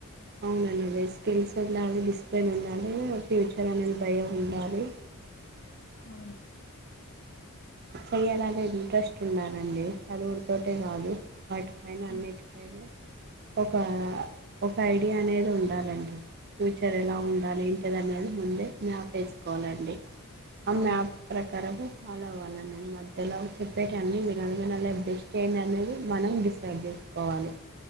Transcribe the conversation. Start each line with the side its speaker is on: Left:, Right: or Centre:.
Right: అవునండి స్కిల్స్ ఉండాలి. డిసిప్లేన్ ఉండాలి. ఫ్యూచర్ అనేది భయం ఉండాలి.
Left: అ
Right: చెయ్యాలనేది ట్రస్ట్ ఉన్నానండి చదువులతోటే కాదు వాటిపైన
Left: అవును
Right: అన్నిటిపైనే ఒక ఒక ఐడియా అనేది ఉండాలండి ఫ్యూచర్ ఎలా ఉండాలి ఏంటిదన్నది ముందే మ్యాప్ వేసుకోవాలండి ఆ
Left: అవును
Right: మ్యాప్ ప్రకారము కావాలన్నాన్ మద్ ఎలాగూ చెప్పేట అన్ని వినాలే, వినాలే బెస్ట్ ఏంటి అనేది మనం డిసైడ్ చేసుకోవాలి.